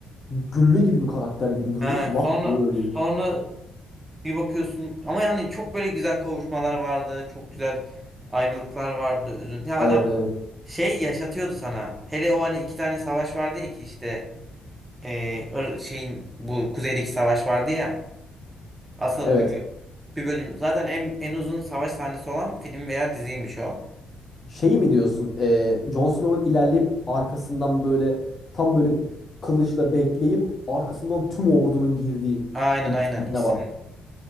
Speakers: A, on the left; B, on the right.
A: gülle gibi bir karakter gibi duruyor.
B: Ha,
A: Lak
B: sonra
A: diye ölüyor.
B: sonra bir bakıyorsun ama yani çok böyle güzel kavuşmalar vardı. Çok güzel ayrılıklar vardı. Üzüntü. Ya
A: Evet
B: adam
A: evet.
B: şey yaşatıyordu sana. Hele o hani iki tane savaş vardı ya ki işte eee, Ir- şeyin bu kuzeydeki savaş vardı ya. Asıl
A: Ha, Evet
B: bir bir bölüm zaten en, en uzun savaş sahnesi olan film veya diziymiş o.
A: Şey mi diyorsun? E, Jon Snow'un ilerleyip arkasından böyle tam böyle kılıçla bekleyip arkasından tüm ordunun girdiği
B: Aynen
A: bir
B: aynen
A: sahne
B: ikisini.
A: var.